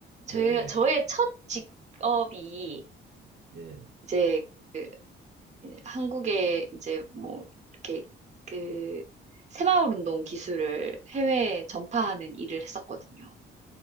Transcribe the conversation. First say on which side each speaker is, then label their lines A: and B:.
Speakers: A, on the right; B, on the right.
A: 제,
B: 네, 네.
A: 저의 첫 직업이
B: 네.
A: 이제 그 한국에 이제 뭐 이렇게 그 새마을 운동 기술을 해외에 전파하는 일을 했었거든요.